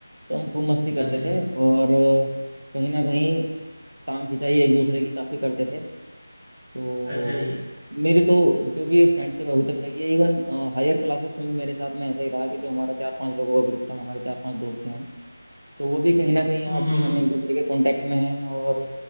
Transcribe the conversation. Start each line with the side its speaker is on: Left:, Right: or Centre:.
Right: तो हम खूब मस्ती करते
Centre: अच्छा
Right: थे और अ, कहीं ना कहीं टांग खिंचाई एक दूसरे की काफी करते थे तो
Centre: अच्छा जी
Right: मेरी तो जो भी फ्रेंडशिप अभी तक रही है इवन हायर क्लासेस में भी मेरे साथ में ऐसा ही रहा कि जो हमारा चार पांच लोगों का ग्रुप था हमारे चार पांच दोस्त थे हम तो वो भी कहीं ना कहीं
Centre: हम्म
Right: आज
Centre: हम्म
Right: भी हम
Centre: हम्म,
Right: एक दूसरे के कांटेक्ट में हैं और